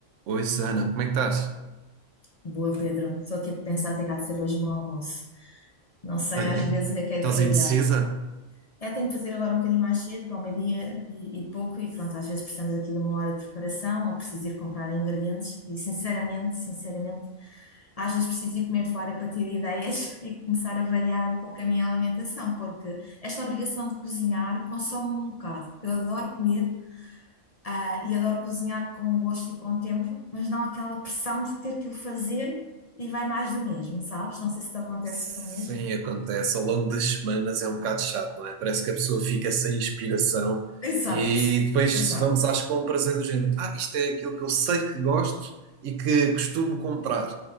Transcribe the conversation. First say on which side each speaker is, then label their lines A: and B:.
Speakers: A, on the right (about 75°); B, on the left (about 50°).
A: Oi, Susana, como é que estás?
B: Boa, Pedro. Estou aqui a pensar o que é que há de ser hoje o meu almoço. Não sei
A: Ah, é?
B: às vezes o que é que
A: Estás
B: é de variar.
A: indecisa?
B: É, tenho que fazer agora um bocadinho mais cedo, para o meio-dia e, e pouco, e pronto, às vezes precisamos aqui de uma hora de preparação ou preciso ir comprar ingredientes. E sinceramente, sinceramente, às vezes preciso ir comer fora para ter ideias <laughs> e começar a variar um pouco a minha alimentação, porque esta obrigação de cozinhar consome-me um bocado. Eu adoro comer, ah, e adoro cozinhar com gosto e com tempo, mas não aquela pressão de ter que o fazer e vai mais do mesmo, sabes? Não sei se te acontece
A: Sim,
B: o mesmo.
A: acontece. Ao longo das semanas é um bocado chato, não é? Parece que a pessoa fica sem inspiração
B: Exato,
A: e depois
B: exato.
A: se vamos às compras é do género. Ah, isto é aquilo que eu sei que gosto e que costumo comprar.